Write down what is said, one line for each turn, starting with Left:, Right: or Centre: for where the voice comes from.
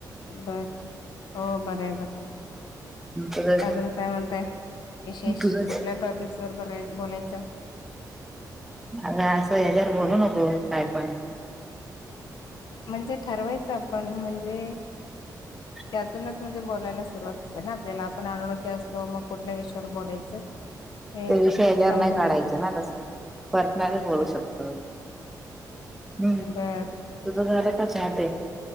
Left: बर हो बराय बरायं.
Centre: तुझं
Left: अजून काय म्हणताय विशेष
Centre: तुझंच
Left: कुठल्या टॉपिक्स सुरू कराय बोलायचं?
Centre: अग असं हेज्यावर बोलू नको काय पण.
Left: म्हणजे ठरवायचं आपण म्हणजे
Centre: <inaudible>
Left: त्यातूनच म्हणजे बोलायला सुरुवात हुतीया ना आपल्याला आपण अनोळखी असतो मग कुठल्या विषयावर बोलायचं? हे
Centre: ते विषय हेच्यावर
Left: समजून
Centre: नाय काढायचे
Left: येत
Centre: ना तसंले पर्सनल बोलू
Left: हो
Centre: शकतो. हम्म
Left: बरं.
Centre: तुझं झालय का चहा ते?